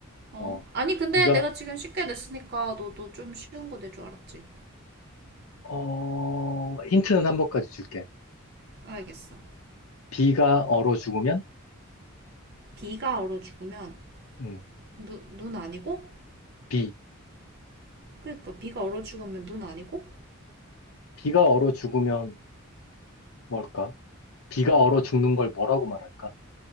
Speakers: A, on the right (about 50°); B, on the left (about 75°).
A: 어?
B: 어,
A: 아니, 근데
B: 네가
A: 내가 지금 쉽게 냈으니까 너도 좀 쉬운 거 낼 줄 알았지.
B: 어, 힌트는 한 번까지 줄게.
A: 알겠어.
B: 비가 얼어 죽으면?
A: 비가 얼어 죽으면
B: 음,
A: 누, 눈 아니고?
B: 비.
A: 그러니까 비가 얼어 죽으면 눈 아니고?
B: 비가 얼어 죽으면 뭘까? 비가 얼어 죽는 걸 뭐라고 말할까?